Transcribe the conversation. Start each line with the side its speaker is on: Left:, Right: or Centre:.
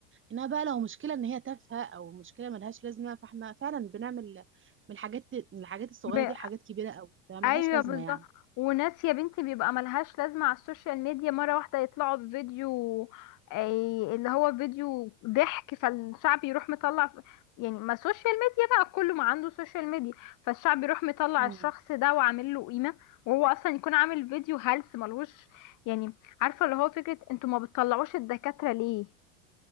Right: إنما بقى لو مشكلة إن هي تافهة أو مشكلة ملهاش لازمة فإحنا فعلا بنعمل من الحاجات من الحاجات الصغيرة
Left: ب-
Right: دي حاجات كبيرة أوي فملهاش
Left: ايوه
Right: لازمة
Left: بالظبط
Right: يعني
Left: وناس يا بنتي بيبقى ملهاش لازمه على السوشيال ميديا مره واحده يطلعوا بفيديو أي اللي هو فيديو ضحك فالشعب يروح مطلع ف- يعني ما سوشيال ميديا بقى كله ما عنده سوشيال ميديا فالشعب يروح مطلع
Right: امم
Left: الشخص ده وعامل له قيمه وهو اصلا يكون عامل فيديو هلس ملهوش يعني عارفه اللي هو فكره انتوا ما بتطلعوش الدكاتره ليه